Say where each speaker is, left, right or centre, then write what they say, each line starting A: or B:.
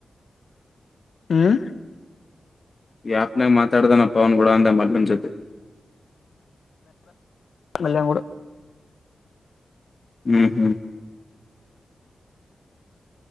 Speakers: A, on the left (about 70°); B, on the left (about 40°).
A: ಹ್ಮ್
B: ಈ ಯಾಫನಾಗಿ ಮಾತಾಡದೇನಾ ಪವನ್ ಕೂಡ ಅಂತ ಮಲ್ಲುನ್ ಜೊತಿ
A: ಮಲ್ಯನ್ ಕೂಡ
B: ಹ್ಮ್ ಹ್ಮ್